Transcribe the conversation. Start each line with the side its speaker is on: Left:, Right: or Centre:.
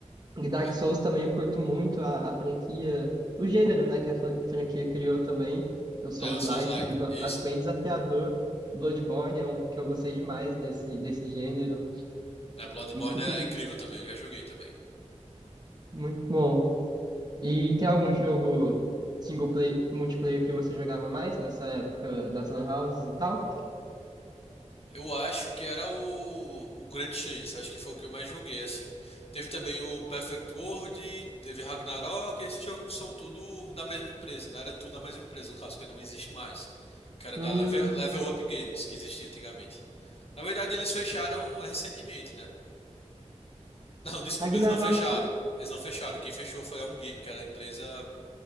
Right: E Dark
Left: Eu,
Right: Souls também eu curto muito a, a franquia, o gênero, né, que a fran- franquia criou também, o Souls-like,
Left: é, o Souls-like,
Right: eu go-
Left: isso.
Right: acho bem desafiador. Bloodborne é um que eu gostei demais desse, desse gênero,
Left: É, Bloodborne
Right: inclu-
Left: é incrível também, eu já joguei também.
Right: muito bom. E tem algum jogo single play, multiplayer que você jogava mais nessa época das lan houses e tal?
Left: Eu acho que era o, o Grand Chase, acho que foi o que eu mais joguei, assim. Teve também o Perfect World, teve Ragnarok, esses jogos são tudo da mesma empresa, não era tudo da mesma empresa, no caso, que não existe mais. Que era
Right: Hum,
Left: da Level, Level Up Games, que existia antigamente. Na verdade, eles fecharam recentemente, né? <laughs> Não, desculpa,
Right: Ragnarok,
Left: eles não fecharam. Eles não fecharam. Quem fechou foi a Um Game, que era a empresa